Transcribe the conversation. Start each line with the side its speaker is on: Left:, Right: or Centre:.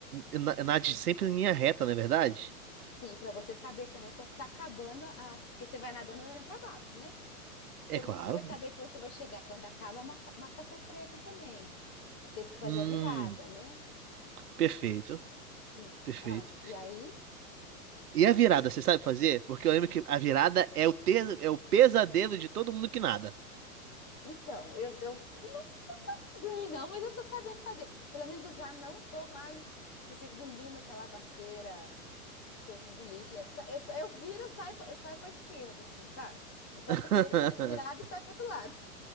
Right: na- nade sempre em linha reta, não é verdade?
Left: Sim, para você saber também quando tá acabando a. Porque você vai nadando olhando para baixo, né? Então,
Right: É claro.
Left: como é que você vai saber que você vai chegar quando acaba a marca- marcação preta também? É o tempo de fazer
Right: Hum,
Left: a virada, né?
Right: perfeito,
Left: Sim.
Right: perfeito.
Left: Ah, e aí?
Right: E a virada, você sabe fazer? Porque eu lembro que a virada é o, te... é o pesadelo de todo mundo que nada.
Left: Então, eu, eu não, não faço bem, não, mas eu tô sabendo fazer. Pelo menos eu já não tô mais, tipo assim, engolindo aquela aguaceira que eu engolia. Sa- Eu, sa- eu viro, eu saio, pra- eu saio pra esquerda, assim, sabe? Eu faço
Right: <laughs>
Left: a vira- virada e saio pro outro lado.